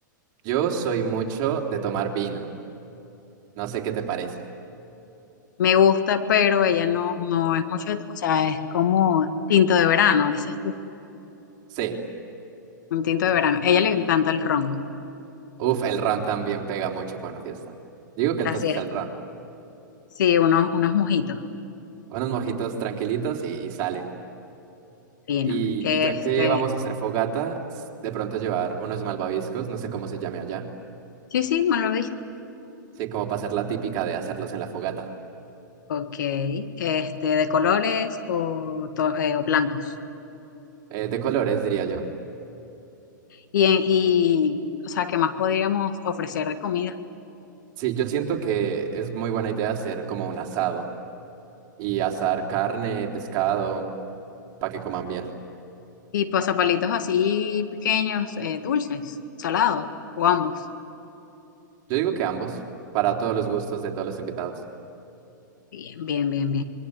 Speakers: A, on the right (about 40°); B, on the left (about 65°).
A: yo soy mucho de tomar vino. No sé qué te parece.
B: me gusta, pero ella no, no es mucho, o sea, es como tinto de verano, dices tú,
A: Sí.
B: un tinto de verano. A ella le encanta el ron,
A: Uf, el ron también pega mucho con una fiesta. Digo que entonces
B: así es.
A: el ron.
B: Sí, unos, unos mojitos
A: Unos mojitos tranquilitos y, y sale.
B: finos.
A: Y,
B: Este,
A: y ya que vamos a hacer fogata, s- de pronto llevar unos malvaviscos, no sé cómo se llame allá.
B: sí, sí, me lo
A: Sí, como para hacer la típica de hacerlos en la fogata.
B: Ok, este, de colores o, to- eh, o blancos.
A: Eh, de colores, diría yo.
B: Y, en- y, o sea, ¿qué más podríamos ofrecer de comida?
A: Sí, yo siento que es muy buena idea hacer como un asado y asar carne, pescado, para que coman bien.
B: Y pasapalitos así pequeños, eh, dulces, salados, o ambos.
A: Yo digo que ambos, para todos los gustos de todos los invitados.
B: Bien, bien, bien, bien.